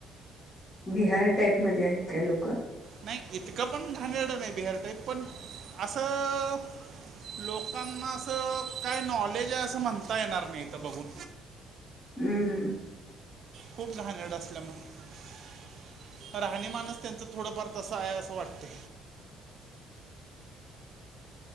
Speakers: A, on the left; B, on the right.
A: बिहार टांईपमंध्यें आहेतं हे लोकं
B: नाही इतकं पण घाणेडे नाही बिहार टाईप पण असं लोकांना असं काय नॉलेज आहे असं म्हणता येणार नाही तर बघून
A: हम्म
B: खूप घाणेडे असल्या मग राहणी माणच त्यांचं थोडंफार तस आहे असं वाटते